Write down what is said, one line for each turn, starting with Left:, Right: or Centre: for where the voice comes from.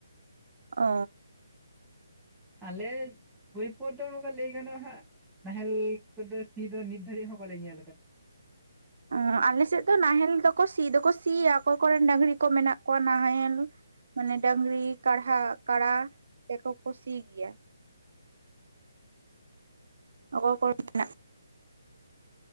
Right: ᱚ
Centre: ᱟᱞᱮ <unintelligible> ᱞᱟᱹᱭ ᱜᱟᱱᱚᱜ ᱦᱟᱸᱜ ᱱᱟᱦᱮᱞ ᱠᱚᱫᱚ ᱥᱤ ᱫᱚ ᱱᱤᱛ ᱫᱷᱟᱹᱨᱤᱡ ᱦᱚᱸ ᱵᱟᱞᱮ ᱧᱮᱞ ᱟᱠᱟᱫᱟ ᱾
Right: ᱚᱸ ᱟᱞᱮ ᱥᱮᱫ ᱫᱚ ᱱᱟᱦᱮᱞ ᱫᱚ ᱠᱚ ᱥᱤ ᱫᱚᱠᱚ ᱥᱤᱭᱟ ᱚᱠᱚᱭ ᱠᱚᱨᱮᱱ ᱰᱟᱝᱜᱽᱨᱤ ᱠᱚ ᱢᱮᱱᱟᱜ ᱠᱚᱣᱟ, ᱱᱟᱦᱮᱞ ᱢᱟᱱᱮ ᱵᱟᱹᱝᱜᱽᱨᱤ ᱠᱟᱲᱦᱟ ᱠᱟᱲᱟ ᱛᱮᱠᱚ ᱠᱚ ᱥᱤ ᱜᱮᱭᱟ ᱾ ᱚᱠᱚᱭ ᱠᱚᱨᱮᱱ ᱢᱮᱱᱟᱜ